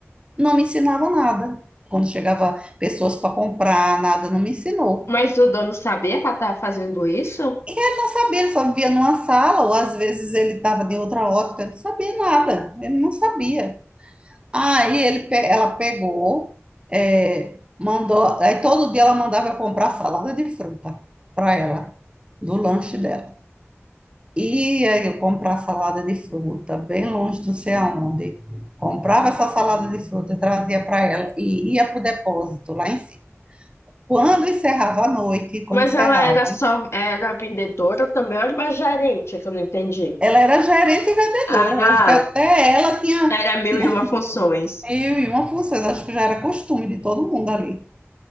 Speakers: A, on the right; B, on the left.
A: Não me ensinava nada. Quando chegava pessoas para comprar, nada, não me ensinou.
B: Mas o dono sabia que ela estava fazendo isso?
A: E ele não sabia, ele só vivia numa sala, ou às vezes ele estava de outra ótica, não sabia nada, ele não sabia. Aí ele, pe- ela pegou, é, mandou, aí todo dia ela mandava eu comprar salada de fruta para ela, do lanche dela. ia eu comprar salada de fruta, bem longe do sei aonde. Comprava essa salada de fruta, trazia para ela e ia para o depósito lá em cima. Quando encerrava a noite, quando
B: Mas
A: encerravam,
B: ela era só, era vendedora também, ou era uma gerente, que eu não entendi.
A: ela era gerente e vendedora.
B: Ah,
A: Eu acho que até ela tinha,
B: era mil
A: tinha
B: e uma funções.
A: mil e uma funções, acho que já era costume de todo mundo ali.